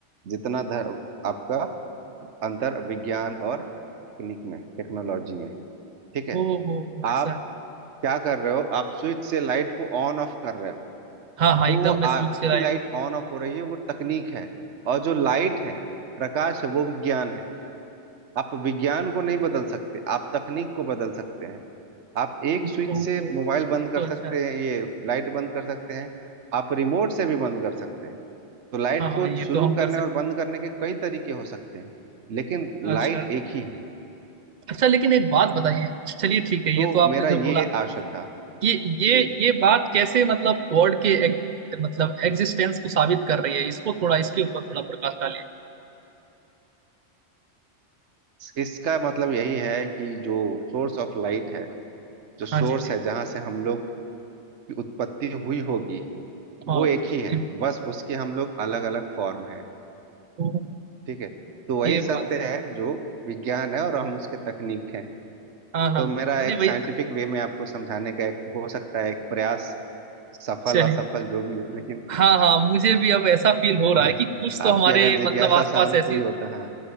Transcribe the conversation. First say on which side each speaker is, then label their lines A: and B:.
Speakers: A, on the right; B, on the right.
A: जितना धर, आपका अंतर विज्ञान और तकनीक में है टेक्नोलॉजी में है ठीक है
B: ओ हो हो
A: आप
B: ऐसा है
A: क्या कर रहे हो आप स्विच से लाइट को ऑन ऑफ कर रहे हो
B: हाँ हाँ
A: तो
B: एकदम
A: वो
B: मैं स्विच
A: आपकी
B: से आया
A: लाइट ऑन ऑफ हो रही है वो तकनीक है और जो लाइट है प्रकाश है वो विज्ञान है आप विज्ञान को नहीं बदल सकते आप तकनीक को बदल सकते हैं आप एक
B: ओ
A: स्विच से
B: हो,
A: मोबाइल बंद
B: ये
A: कर
B: तो
A: सकते
B: अच्छा है
A: हैं ये लाइट बंद कर सकते हैं आप रिमोट से भी बंद कर सकते हैं तो लाइट
B: हाँ हाँ
A: को
B: ये
A: शुरू
B: तो हम कर
A: करने
B: सकते
A: और बंद करने के कई तरीके हो सकते हैं लेकिन लाइट
B: अच्छा
A: एक ही है
B: अच्छा लेकिन एक बात बताइए चलिए ठीक है
A: तो
B: ये तो आपने
A: मेरा
B: जो
A: ये
B: बोला
A: आशय था
B: ये ये
A: जी
B: ये बात कैसे मतलब गॉड के एक, मतलब एग्जिस्टेंस को साबित कर रही है इसको थोड़ा इसके ऊपर थोड़ा प्रकाश डालिए
A: इसका मतलब यही है कि जो सोर्स ऑफ लाइट है जो सोर्स
B: हाँ जी जी
A: है जहां से हम लोग की उत्पत्ति हुई होगी
B: हाँ
A: वो
B: उत्पत्ति
A: एक ही है बस उसके हम लोग अलग अलग फॉर्म है
B: तो
A: ठीक है तो वही
B: ये
A: सत्य
B: बात है
A: है जो विज्ञान है और हम उसके तकनीक है
B: हाँ हाँ
A: तो मेरा एक
B: नहीं भैया
A: साइंटिफिक वे में आपको समझाने का एक हो सकता है एक प्रयास सफल
B: चलिए
A: असफल जो भी हो लेकिन
B: हाँ हाँ मुझे भी अब ऐसा फील हो
A: <laughs>
B: रहा है कि कुछ तो
A: आपकी
B: हमारे
A: अगर जिज्ञासा
B: मतलब आसपास
A: शांत
B: ऐसी
A: हुई हो तो हाँ